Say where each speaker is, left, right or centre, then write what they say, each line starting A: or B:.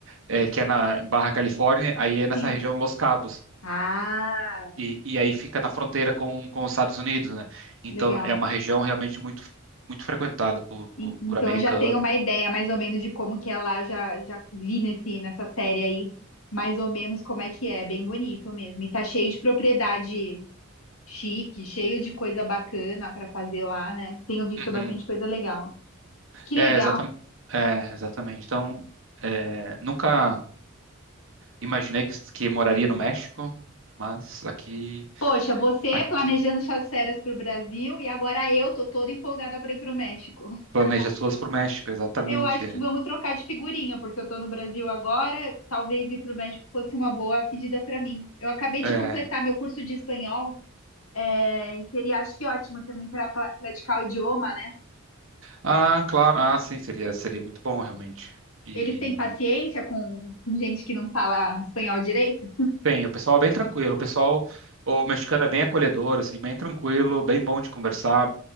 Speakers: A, on the right (about 65°); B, on the left (about 80°).
A: é, que é na em Barra Califórnia, aí é nessa
B: Sim.
A: região Los Cabos,
B: Ah,
A: e, e aí fica na fronteira com, com os Estados Unidos, né? Então
B: legal.
A: é uma região realmente muito, muito frequentada por,
B: En-
A: por,
B: Então
A: por americano.
B: eu já tenho uma ideia mais ou menos de como que é lá, já, já vi nesse, nessa série aí, mais ou menos como é que é, bem bonito mesmo. E tá cheio de propriedade chique, cheio de coisa bacana pra fazer lá, né? Tenho visto
A: Uhum.
B: bastante coisa legal. Que
A: É,
B: legal.
A: exatamente. É, exatamente. Então, é, nunca imaginei que, que moraria no México, mas aqui.
B: Poxa, você
A: aqui
B: planejando suas férias pro Brasil e agora eu tô toda empolgada pra ir pro México. <laughs>
A: Planeja suas pro México, exatamente.
B: Eu acho que
A: É.
B: vamos trocar de figurinha, porque eu tô no Brasil agora. Talvez ir para o México fosse uma boa pedida para mim. Eu acabei
A: É.
B: de completar meu curso de espanhol. É, e seria, acho que ótimo também para praticar o idioma, né?
A: Ah, claro. Ah, sim, seria, seria muito bom, realmente. E
B: Eles têm paciência com, com gente que não fala espanhol direito?
A: bem, o pessoal é bem tranquilo. O pessoal, o mexicano é bem acolhedor, assim, bem tranquilo, bem bom de conversar.